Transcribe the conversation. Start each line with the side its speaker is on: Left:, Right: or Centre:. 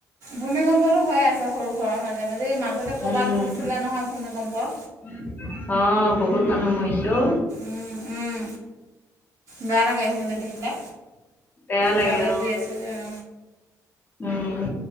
Right: ভূমিকম্পটো হৈয়ে আছে সৰু সুৰা মাজে, মাজে এই মাজতে ক'বাত
Left: উম
Right: হৈছিলে নহয় ভূমিকম্প।
Left: <unintelligible> অ, বহুত মানুহ মৰিছে অ।
Right: উম, উম, বেয়া লাগে। সেনে দেখিলে,
Left: বেয়া লাগে
Right: বাতৰিত
Left: অ
Right: দি আছে যে অ।
Left: উম।